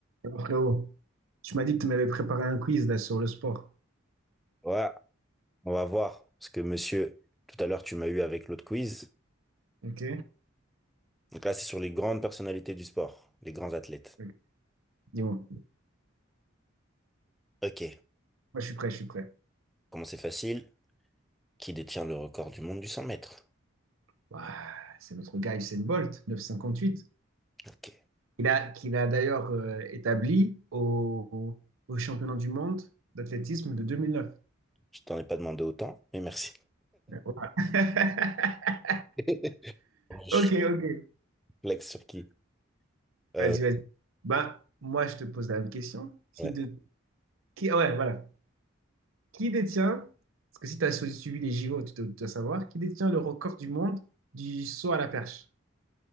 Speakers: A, on the right; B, in the centre.
A: Alors, Frérot, tu m'as dit que tu m'avais préparé un quiz là, sur le sport.
B: Ouais, on va voir. Parce que monsieur, tout à l'heure, tu m'as eu avec l'autre quiz.
A: Ok.
B: Donc là, c'est sur les grandes personnalités du sport, les grands athlètes.
A: Ok. Dis-moi. Moi,
B: Ok,
A: je suis prêt, je suis prêt.
B: comment c'est facile? Qui détient le record du monde du 100 mètres?
A: Ouah, c'est notre gars Usain Bolt, neuf cent cinquante-huit.
B: Ok,
A: Il a, qu'il a d'ailleurs euh, établi au, au- au championnat du monde d'athlétisme de 2009.
B: je t'en ai pas demandé autant, mais merci.
A: Ouais, voilà. <laughs>
B: <laughs> Je
A: Ok, ok.
B: Flex sur qui? Euh,
A: Vas-y, vas-y. Bah, moi, je te pose la même question. Qui
B: ouais,
A: de... qui... ah Ouais, voilà. Qui détient, parce que si tu as suivi les JO, tu dois, tu dois savoir, qui détient le record du monde du saut à la perche?